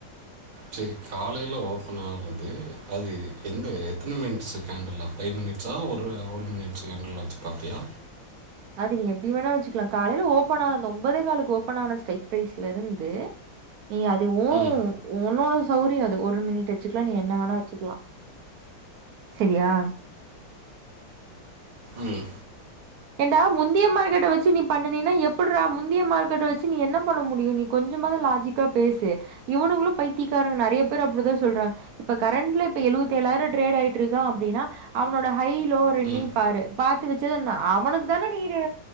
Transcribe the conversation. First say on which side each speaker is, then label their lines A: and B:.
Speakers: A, on the right; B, on the right.
A: செரி காலையில ஓபன் ஆவுறது அது எந்த எத்தன மினிட்ஸ் கேண்டல்ல ஃபை மினிட்ஸா ஒரு ஒன் மினிட்ஸ் கேண்டில்லா வெச்சு பாப்பியா
B: அது நீ எப்டி வேணா வெச்சுக்கலா காலையில ஓபன் ஆன அந்த ஒன்பதே காலுக்கு ஓபன் ஆன ஸ்ட்ரைக் ப்ரைஸ்ல இருந்து நீ அது ஊன்
A: ம்
B: உன்னோட சௌரியோ அது ஒரு மினிட் வெச்சுக்கலா நீ என்ன வேணா வெச்சுக்கலா செரியா
A: உம்
B: ஏன்டா முந்திய மார்கெட்ட வெச்சு நீ பண்ணனினா எப்பிட்றா முந்திய மார்க்கெட்ட வெச்சு நீ என்ன பண்ண முடியு நீ கொஞ்சமாவது லாஜிக்கா பேசு இவனுங்களு பைத்திக்காரனுங்க நெறைய பேர் அப்டிதா சொல்றாங்க இப்ப கரண்ட்ல இப்ப எழுவத் தேழாயிரோ ட்ரேட் ஆயிட் ட்றுகா அப்படின்னா அவனோட ஹைலோ ரென்டையு
A: ம்
B: பாரு பாத்துவச்சது நா அவனுக்கு தானே நீனு